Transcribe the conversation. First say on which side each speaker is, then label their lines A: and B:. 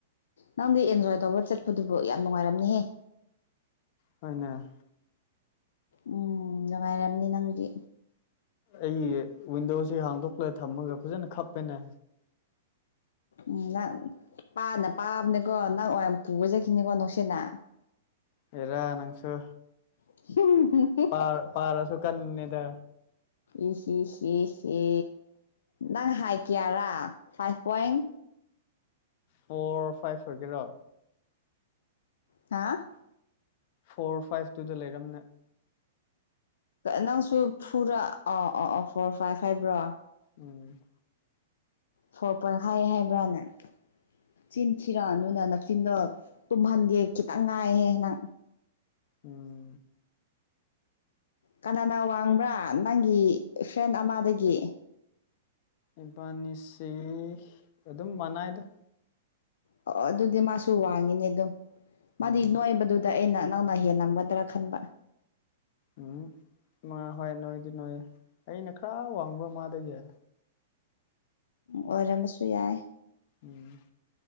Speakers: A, on the left; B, on the left.
A: ꯅꯪꯗꯤ ꯑꯦꯟꯖꯣꯏ ꯇꯧꯕ ꯆꯠꯄꯗꯨꯕꯨ ꯌꯥꯝ ꯅꯨꯡꯉꯥꯏꯔꯝꯅꯤꯍꯦ
B: ꯍꯣꯏꯅꯦ
A: ꯎꯝ ꯅꯨꯡꯉꯥꯏꯔꯝꯅꯤ ꯅꯪꯗꯤ
B: ꯑꯩ ꯋꯤꯟꯗꯣꯁꯤ ꯍꯥꯡꯗꯣꯛꯂ ꯊꯝꯃꯒ ꯐꯖꯅ ꯈꯞꯄꯦꯅꯦ
A: ꯎꯝ ꯅꯪ ꯄꯥꯅ ꯄꯥꯕꯅꯦꯀꯣ ꯅꯪ ꯑꯣꯏꯅ ꯄꯨꯔꯥ ꯆꯠꯈꯤꯅꯤꯀꯣ ꯅꯨꯡꯁꯤꯠꯅꯥ
B: ꯍꯦꯔꯥ ꯅꯪꯁꯨ
A: <unintelligible>
B: ꯄꯥ ꯄꯥꯔꯁꯨ ꯀꯟꯕꯅꯤꯗ
A: ꯏ ꯁꯤꯁꯤ ꯁꯤ ꯅꯪ ꯍꯥꯏꯠ ꯀꯌꯥꯔꯥ ꯐꯥꯏꯚ ꯄꯣꯏꯟ
B: ꯐꯣꯔ ꯐꯥꯏꯚ ꯑꯣꯏꯒꯦꯔꯣ
A: ꯍꯥ
B: ꯐꯣꯔ ꯐꯥꯏꯚ ꯇꯨꯗ ꯂꯩꯔꯝꯅꯤ
A: ꯅꯪꯁꯨ ꯐꯨꯔ ꯑꯣ ꯑꯣ ꯑꯣ ꯐꯣꯔ ꯐꯥꯏꯚ ꯍꯥꯏꯕ꯭ꯔꯣ
B: ꯎꯝ
A: ꯐꯣꯔ ꯄꯣꯏꯟ ꯍꯥꯏ ꯍꯥꯏꯕ꯭ꯔꯥꯅ ꯆꯤꯟ ꯊꯤꯔꯛꯑꯅꯨꯅ ꯅꯛꯆꯤꯟꯗꯣ ꯇꯨꯝꯍꯟꯒꯦ ꯈꯤꯇꯪ ꯉꯥꯏꯍꯦ ꯅꯪ
B: ꯎꯝ꯫
A: ꯀꯅꯥꯅ ꯋꯥꯡꯕ꯭ꯔꯥ ꯅꯪꯒꯤ ꯐ꯭ꯔꯦꯟ ꯑꯃꯗꯒꯤ
B: ꯏꯕꯥꯅꯤꯁꯤ ꯑꯗꯨꯝ ꯃꯅꯥꯏꯗ
A: ꯑꯣ ꯑꯗꯨꯗꯤ ꯃꯥꯁꯨ ꯋꯥꯡꯉꯤꯅꯦ ꯑꯗꯨꯝ ꯃꯥꯗꯤ
B: ꯎꯝ
A: ꯅꯣꯏꯕꯗꯨ ꯑꯗ ꯑꯩꯅ ꯅꯪꯅ ꯍꯦꯜꯂꯝꯒꯗ꯭ꯔꯥ ꯈꯟꯕ
B: ꯎꯝ ꯍꯣꯏ ꯅꯣꯏꯗꯤ ꯅꯣꯏ ꯑꯩꯅ ꯈꯥ ꯋꯥꯡꯕ ꯃꯥꯗꯒꯤ
A: ꯑꯣꯏꯔꯝꯃꯁꯨ ꯌꯥꯏ
B: ꯎꯝ